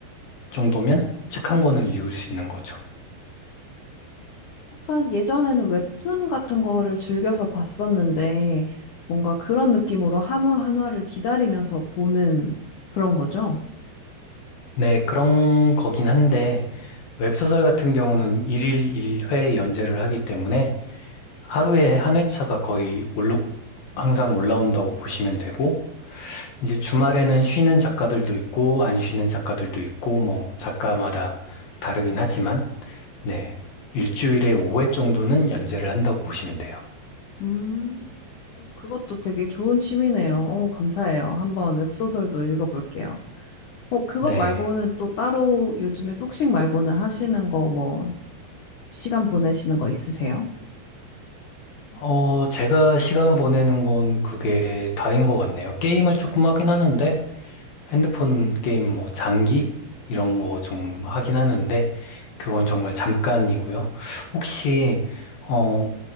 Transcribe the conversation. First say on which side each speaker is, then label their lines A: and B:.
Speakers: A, on the left (about 60°); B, on the left (about 80°).
A: 정도면 책 한 권을 읽을 수 있는 거죠.
B: 약간 예전에는 웹툰 같은 거를 즐겨서 봤었는데 뭔가 그런 느낌으로 한화 한화를 기다리면서 보는 그런 거죠?
A: 네, 그런 거긴 한데 웹소설 같은 경우는 일일 일회 연재를 하기 때문에 하루에 한 회차가 거의 올라, 항상 올라온다고 보시면 되고, 이제 주말에는 쉬는 작가들도 있고, 안 쉬는 작가들도 있고, 뭐, 작가마다 다르긴 하지만, 네. 일주일에 5회 정도는 연재를 한다고 보시면 돼요.
B: 음, 오, 그것도 되게 좋은 취미네요. 오, 감사해요. 한번 웹소설도 읽어볼게요. 어, 그거
A: 네.
B: 말고는 또 따로 요즘에 복싱 말고는 하시는 거 뭐 시간 보내시는 거 있으세요?
A: 어, 제가 시간 보내는 건 그게 다인 것 같네요. 게임을 조금 하긴 하는데, 핸드폰 게임 뭐, 장기? 이런 거 좀 하긴 하는데, 그건 정말 잠깐이고요. 혹시, 어,